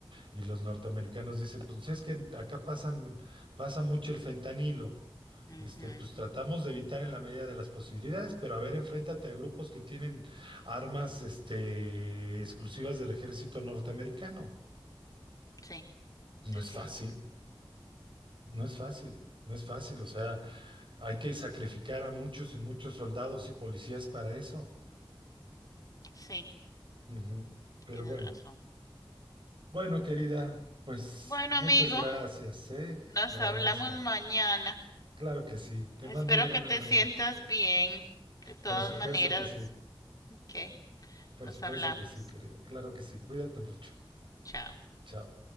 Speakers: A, on the right (about 60°); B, on the left (about 40°).
A: y los norteamericanos dicen, pues es que acá pasan, pasa mucho el fentanilo.
B: ujú.
A: Este, pues tratamos de evitar en la medida de las posibilidades, pero a ver, enfréntate a grupos que tienen armas, este, exclusivas del ejército norteamericano.
B: Sí,
A: No
B: sí,
A: es
B: sí,
A: fácil, no es fácil, no es fácil. O sea, hay que sacrificar a muchos y muchos soldados y policías para eso.
B: sí,
A: Ujú. Pero
B: tienes
A: bueno,
B: razón.
A: bueno, querida, pues
B: Bueno,
A: muchas
B: amigo,
A: gracias, ¿eh?
B: nos
A: Te agradezco.
B: hablamos mañana.
A: Claro que sí, te
B: Espero
A: mando un gran
B: que te
A: abrazo.
B: sientas bien. De todas
A: Por supuesto
B: maneras,
A: que sí,
B: ok,
A: por
B: nos
A: supuesto
B: hablamos.
A: que sí, querida. Claro que sí, cuídate mucho.
B: Chao.
A: Chao.